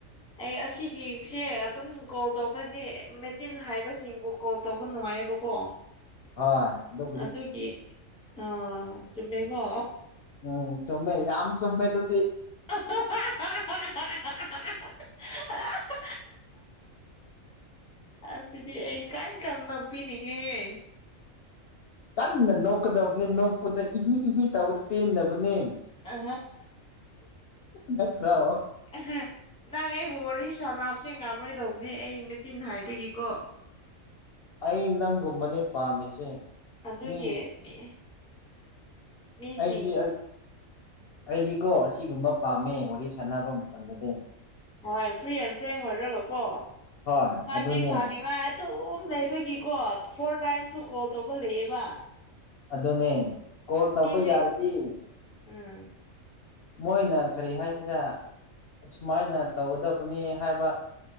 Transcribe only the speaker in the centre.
ꯑꯩ ꯑꯁꯤꯒꯤꯁꯦ ꯑꯗꯨꯝ ꯀꯣꯜ ꯇꯧꯕꯅꯦ ꯃꯦꯆꯤꯟ ꯍꯥꯏꯕꯁꯤꯡꯕꯨ ꯀꯣꯜ ꯇꯧꯕ ꯅꯨꯡꯉꯥꯏꯌꯦꯕꯀꯣ
ꯑꯗꯨꯒꯤ ꯑ ꯆꯨꯝꯃꯦꯀꯣ
ꯍ ꯍꯣꯣ ꯑꯗꯨꯗꯤ ꯑꯩ ꯀꯥꯟ ꯀꯔꯅ ꯄꯤꯅꯤꯡꯉꯦꯍꯦ
ꯑ
ꯑꯦꯍ ꯅꯪ ꯑꯩ ꯋꯥꯔꯤ ꯁꯥꯅꯥꯞꯁꯦ ꯉꯥꯝꯃꯔꯣꯏꯗꯧꯕꯅꯦ ꯑꯩ ꯃꯦꯆꯤꯟ ꯍꯥꯏꯕꯒꯤꯀꯣ
ꯑꯗꯨꯒꯤ
ꯃꯤ ꯃꯤꯁꯤꯡ
ꯍꯣꯏ ꯐ꯭ꯔꯤ ꯑꯦꯟ ꯐ꯭ꯔꯦꯡ ꯑꯣꯏꯔꯒꯀꯣ
ꯍꯥꯏꯕꯗꯤ
ꯁꯥꯅꯤꯡꯉꯥꯏ ꯑꯗꯨꯝ ꯂꯩꯕꯒꯤꯀꯣ ꯐꯣꯔ ꯇꯥꯏꯝꯁꯁꯨ ꯀꯣꯜ ꯇꯧꯕ ꯂꯩꯌꯦꯕ
ꯃꯤꯁꯤ
ꯎꯝ